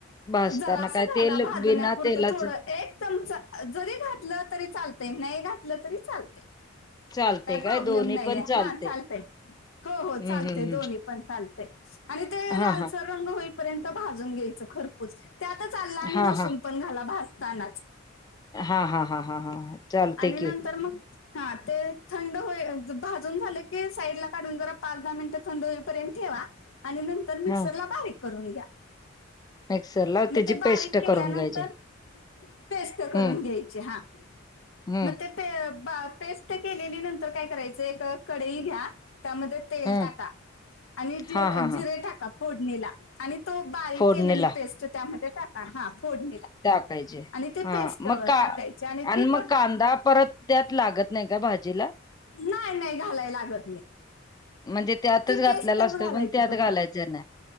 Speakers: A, on the left; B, on the left.
A: भाजताना
B: जरास असं
A: काय तेल
B: घाला. भाजण्यापुरतं
A: बिना तेलाच
B: थोडं एक. चमच जरी घातलं तरी चालत नाही घातलं तरी चालतय.
A: चालते
B: काय? प्रॉब्लेम
A: दोन्ही
B: नाही
A: पण
B: आहे.
A: चालते
B: हा. चालतंय. हो. हो. चालतंय
A: हम्म हम्म
B: दोन्ही
A: हम्म
B: पण, चालते आणि ते
A: हा
B: लालसर.
A: हा
B: रंग होईपर्यंत भाजून घ्यायचं. खरपूस त्यातच आलं आणि
A: हा
B: लसुण.
A: हा
B: पण, घाला भाजताना
A: हा हा हा हा हा हा. चालते
B: आणि नंतर
A: की
B: मग. हा ते थंड होईल भाजून झालं की साईड ला काढून जरा पाच दहा मिनिटं थंड होईपर्यंत ठेवा. आणि नंतर मिक्सरला
A: हा
B: बारीक करून घ्या.
A: मिक्सरला
B: मग
A: त्याची
B: ते बारीक
A: पेस्ट
B: केल्यानंतर
A: करून घ्यायची
B: पेस्ट करून
A: हम्म
B: घ्यायची हा
A: हम्म
B: मग ते. पेस्ट केलेली नंतर काय करायचं एक कडई घ्या त्यामध्ये तेल
A: हम्म
B: टाका आणि जिरे
A: हा हा हा
B: ही टाका फोडणीला. आणि तो बारीक
A: फोडणीला
B: केलेली पेस्ट त्यामध्ये टाका हा फोडणीला.
A: टाकायचे
B: आणि ते
A: हा
B: पेस्ट
A: मग का
B: टाकायची
A: आणि
B: ती
A: मग
B: पण
A: कांदा परत त्यात लागत नाही का भाजीला?
B: नाही नाही घालाय लागत नाही.
A: म्हणजे त्यातच
B: ती
A: घातलेला
B: पेस्ट
A: असतो
B: घालायची
A: पण त्यात
B: फक्त.
A: घालायचं नाही